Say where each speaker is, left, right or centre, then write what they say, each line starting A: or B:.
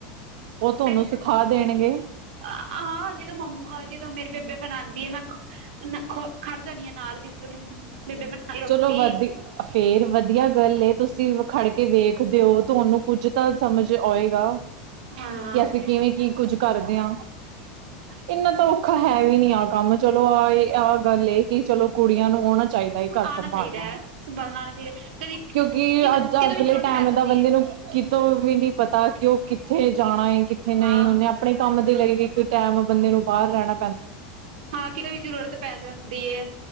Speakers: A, on the right; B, on the right.
A: ਉਹ ਤੁਹਾਨੂੰ
B: ਬੇਬੇ
A: ਸਿਖਾ ਦੇਣਗੇ।
B: ਹਾਂ ਜਦੋਂ ਮੰਮ ਜਦੋਂ ਮੇਰੇ ਬੇਬੇ ਬਣਾਉਂਦੀ ਆ ਮੈਂ ਖ ਖੜ ਜਾਣੀ ਨਾਲ ਜਿਸ ਬੇਬੇ ਬਣਾਉਂਦੀ ਰੋਟੀ
A: ਚਲੋ ਵਧੀ ਫੇਰ ਵਧੀਆ ਗੱਲ, ਤੁਸੀਂ ਖੜ ਕੇ ਵੇਖਦੇ ਹੋ, ਤੁਹਾਨੂੰ ਕੁੱਝ ਤਾਂ ਸਮਝ ਆਏਗਾ।
B: ਹਾਂ
A: ਜੈਸੇ ਕਿ, ਕਿਵੇਂ ਕੀ ਕੁੱਝ ਕਰਦੇ ਹਾਂ।
B: <inaudible>
A: ਇੰਨਾ ਤਾਂ ਔਖਾ ਹੈ ਵੀ ਨੀ ਆਹ ਕੰਮ, ਚਲੋ ਆਹ ਇਹ ਆਹ ਗੱਲ ਇਹ ਕਿ ਚਲੋ ਕੁੜੀਆਂ ਨੂੰ ਆਉਣਾ ਚਾਹੀਦਾ। ਹੈ ਘਰ
B: ਆਉਣਾ
A: ਸੰਭਾਲਣਾ,
B: ਚਾਹੀਦਾ ਹੈ ਸੰਭਲਣਾ ਆਉਣਾ ਚਾਹੀਦਾ ਕਦੀ
A: ਕਿਉਂਕਿ
B: ਕਿ
A: ਅੱਜ
B: ਕਿਦੋਂ
A: ਅਗਲੇ
B: ਵੀ ਜ਼ਰੂਰਤ
A: ਟਾਈਮ
B: ਪੈ ਜਾਂਦੀ
A: ਦਾ ਬੰਦੇ
B: ਹੈ
A: ਨੂੰ ਕਿਤੋਂ ਵੀ ਨੀ ਪਤਾ, ਕਿ ਉਹ ਕਿੱਥੇ ਜਾਣਾ ਏ, ਕਿੱਥੇ ਨਹੀਂ
B: ਹਾਂ
A: ਉਹਨੇ ਆਪਣੇ ਕੰਮ ਦੇ ਲਈ ਵੀ, ਇਕ ਟਾਈਮ ਬੰਦੇ ਨੂੰ ਬਾਹਰ ਜਾਣਾ
B: ਹਾਂ ਕਿਤੇ ਵੀ ਜ਼ਰੂਰਤ ਪੈ ਜਾਂਦੀ ਏ।